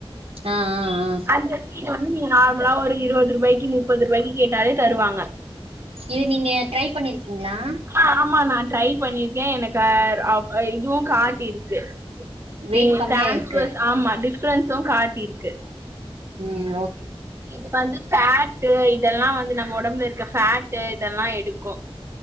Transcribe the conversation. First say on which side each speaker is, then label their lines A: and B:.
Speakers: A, on the right (about 65°); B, on the right (about 25°).
A: ஆ ஆ ஆ
B: அந்த சீட் வந்து நீங்க நார்மலா ஒரு இருவது ரூபாய்க்கு முப்பது ரூபாய்க்கு கேட்டாலே தருவாங்க
A: இது நீங்க டரை பண்ணிருக்கீங்களா
B: ஆ ஆமா நா ட்ரை பண்ணிருக்கே எனக்கு ஆ அப் இதுவு காட்டிருக்கு
A: வெயிட்
B: ஏ
A: கம்மியா
B: ட்ரான்ஸ்வஸ்
A: இருக்கு
B: ஆமா டிஃபரன்ஸும் காட்டிருக்கு
A: ம் ஓ
B: இது வந்து சாட் டு இதெல்லா வந்து நம்ம உடம்புல இருக்க ஃபேட்டு இதெல்லா எடுக்கு